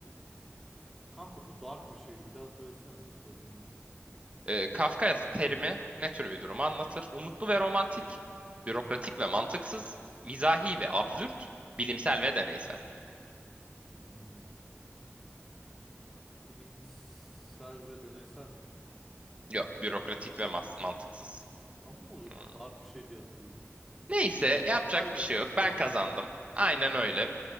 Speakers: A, in the centre; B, on the right (about 30°).
A: Kanka bu dark bir şeydi. Bir daha söylesene şıklarını ya.
B: Ee, Kafka terimi ne tür bir durumu anlatır? Umutlu ve romantik, bürokratik ve mantıksız, mizahi ve absürt, bilimsel ve deneysel.
A: Hmm. Bilimsel ve deneysel mi?
B: Yok, bürokratik ve mas-
A: Bürokratik.
B: mantıksız.
A: Ben bunu
B: Hmm.
A: dark bir şey diye hatırlıyordum.
B: Neyse, yapacak
A: Kaybettik
B: bir şey yok. Ben
A: diyelim.
B: kazandım. Aynen
A: Kazanamadık.
B: öyle.